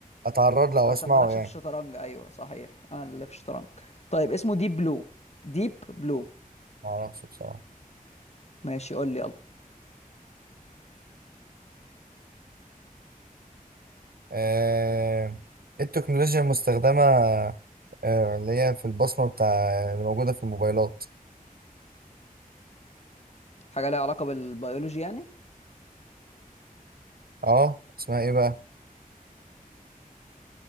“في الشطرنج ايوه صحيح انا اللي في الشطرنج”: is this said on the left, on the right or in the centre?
Left